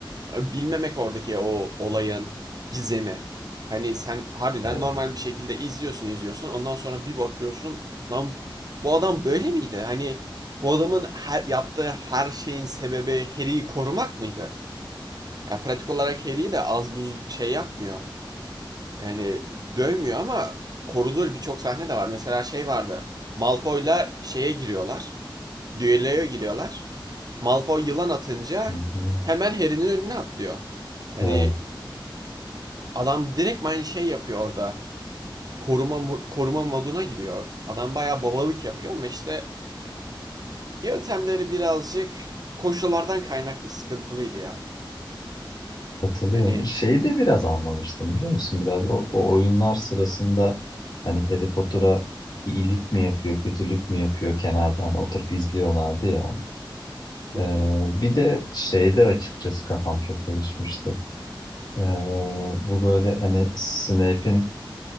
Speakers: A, on the right (about 50°); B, on the left (about 50°).
A: bilmemek oradaki o olayın gizemi. Hani sen harbiden
B: Evet,
A: normal bir şekilde izliyorsun izliyorsun. Ondan sonra bir bakıyorsun lan bu adam böyle miydi? Hani bu adamın her, yaptığı her şeyin sebebi Harry'i korumak mıydı? Ya pratik olarak Harry'i de az buz şey yapmıyor. Yani dövmüyor ama koruduğu birçok sahne de var. Mesela şey vardı. Malfoy'la şeye giriyorlar. Düelloya giriyorlar. Malfoy yılan atınca
B: hı hı.
A: hemen Harry'nin önüne atlıyor. Hani
B: Evet,
A: Adam direkt aynı şey yapıyor orada. Koruma koruma moduna giriyor. Adam bayağı babalık yapıyor ama işte yöntemleri birazcık koşullardan kaynaklı sıkıntılıydı ya.
B: katılıyorum.
A: Yani
B: Şeyi de biraz anlamıştım biliyor musun? Biraz o, o oyunlar sırasında hani Harry Potter'a iyilik mi yapıyor, kötülük mü yapıyor kenarda hani oturup izliyorlardı ya
A: hı
B: Ee,
A: hı.
B: bir de şeyde açıkçası kafam çok karışmıştı. Ee, bu böyle hani Snape'in